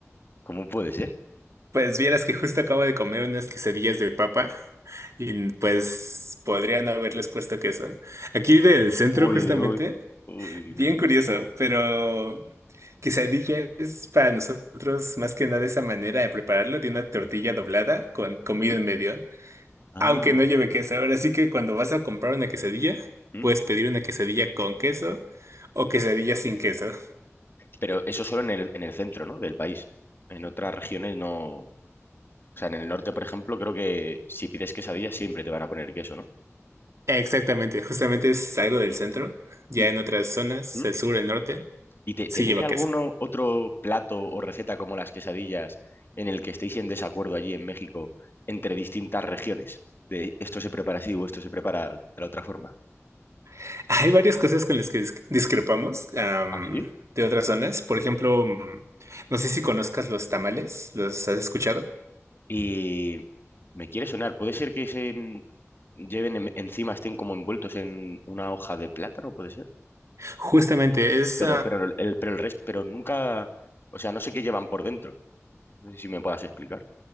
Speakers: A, on the left; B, on the right.
A: ¿cómo puede ser?
B: pues vieras que justo acabo de comer unas quesadillas de papa y pues podría no haberles puesto queso. Aquí del centro
A: Uy,
B: justamente,
A: uy, uy. Uy, uy,
B: bien
A: uy.
B: curioso, pero quesadilla es para nosotros más que nada esa manera de prepararlo de una tortilla doblada con comida
A: ¿Mm?
B: en medio.
A: Ah,
B: Aunque no lleve queso. Ahora sí que cuando vas a comprar una quesadilla,
A: ¿Mm?
B: puedes pedir una quesadilla con queso o quesadilla sin queso.
A: Pero eso solo en el, en el centro, ¿no? Del país. En otras regiones no. O sea, en el norte, por ejemplo, creo que si pides quesadilla siempre te van a poner queso, ¿no?
B: Exactamente, justamente es algo del centro. Ya
A: Y,
B: en otras zonas,
A: ¿Mm?
B: el sur, el norte,
A: ¿Y te-
B: sí
A: tenéis
B: lleva
A: algún
B: queso.
A: otro plato o receta como las quesadillas en el que estéis en desacuerdo allí en México entre distintas regiones? De esto se prepara así o esto se prepara de la otra forma.
B: <laughs> Hay varias cosas con las que dis- discrepamos am,
A: ¿Ah, sí?
B: de otras zonas. Por ejemplo, mm, no sé si conozcas los tamales, ¿los has escuchado?
A: Y me quiere sonar, ¿puede ser que se en- lleven en- encima, estén como envueltos en una hoja de plátano, puede ser?
B: Justamente, es
A: Pero, pero el, pero el resto, pero nunca, o sea, no sé qué llevan por dentro. No sé si me puedas explicar,